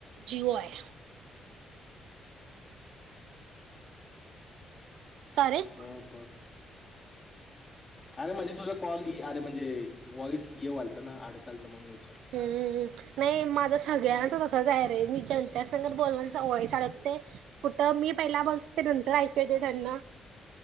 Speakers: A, on the right (about 85°); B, on the left (about 20°).
A: जिओ आहे का रे
B: बर बर अरे म्हणजे तुझा कॉल अरे म्हणजे वॉइस ये वालत ना अडकाल तर म्हणून विचारलं
A: हम्म नाही माझ्या सगळ्यांच जाय रे मी ज्यांच्या सगत बोलव वयस अडकतय ते कुठं मी पहिला बोलते ते नंतर ऐकूते त्यांना